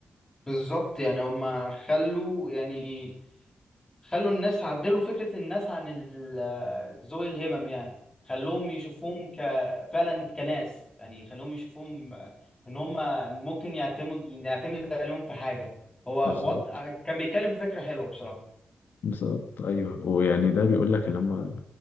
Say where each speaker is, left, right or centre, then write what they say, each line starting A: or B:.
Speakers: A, on the left; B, on the left.
A: بالظبط يعني هما خلوا يعني خلوا الناس عدلوا فكرة الناس عن ال- ذوي الهمم يعني خلوهم يشوفوهم ك فعلا كناس يعني خلوهم يشوفوهم إن هما ممكن يعتمد نعتمد عليهم في حاجة هو
B: بالظبط
A: وط... كان بيتكلم في فكرة حلوة بصراحة
B: بالظبط ايوه ويعني ده بيقول لك اللي هم